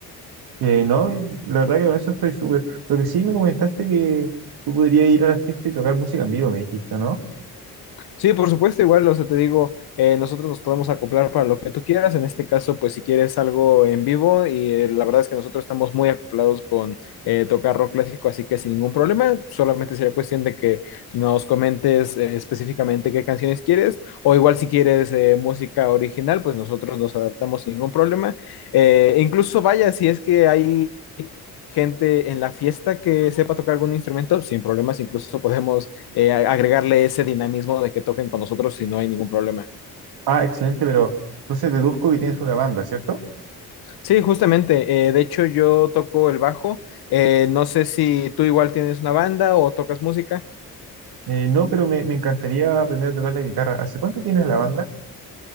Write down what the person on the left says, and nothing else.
Sí, por supuesto, igual, o sea, te digo, eh, nosotros nos podemos acoplar para lo que tú quieras. En este caso, pues si quieres algo en vivo, y eh, la verdad es que nosotros estamos muy acoplados con eh, tocar rock clásico, así que sin ningún problema, solamente sería cuestión de que nos comentes eh, específicamente qué canciones quieres, o igual si quieres eh, música original, pues nosotros nos adaptamos sin ningún problema. Eh, incluso vaya, si es que hay gente en la fiesta que sepa tocar algún instrumento, sin problemas, incluso podemos eh, a- agregarle ese dinamismo de que toquen con nosotros y no hay ningún problema.
Sí, justamente. eh, de hecho, yo toco el bajo. Eh, no sé si tú igual tienes una banda o tocas música.